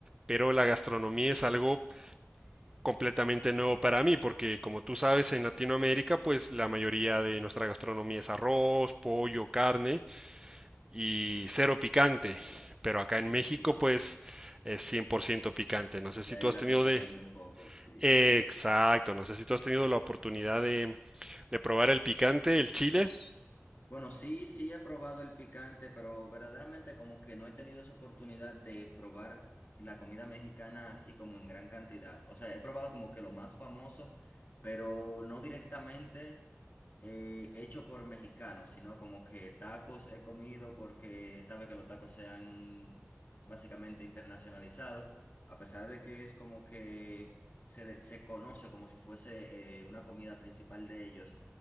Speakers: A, on the right; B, on the left.
A: pero la gastronomía es algo completamente nuevo para mí, porque como tú sabes, en Latinoamérica, pues la mayoría de nuestra gastronomía es arroz, pollo, carne y cero picante, pero acá en
B: Sí,
A: México,
B: sí.
A: pues es 100% picante. No sé si
B: Y ahí
A: tú has
B: la
A: tenido
B: cosa
A: de...
B: cambió un poco, sí.
A: Exacto, no sé si tú has tenido la oportunidad de, de probar el picante, el chile.
B: Bueno, sí, sí he probado el picante, pero verdaderamente como que no he tenido esa oportunidad de probar la comida mexicana así como en gran cantidad. O sea, he probado como que lo más famoso, pero no directamente eh, hecho por mexicanos, sino como que tacos he comido porque sabe que los tacos se han básicamente internacionalizado, a pesar de que es como que se, de- se conoce como si fuese eh, una comida principal de ellos.